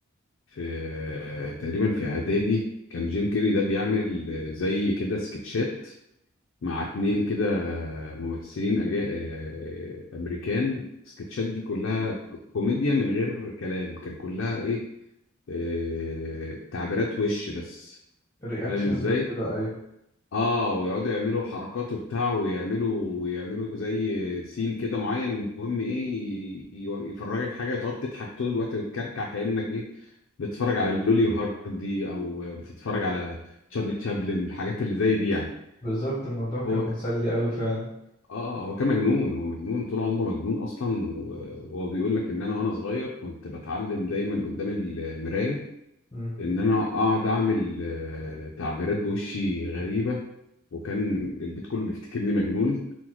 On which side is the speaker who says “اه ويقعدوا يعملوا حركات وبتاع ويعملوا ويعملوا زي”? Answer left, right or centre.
Left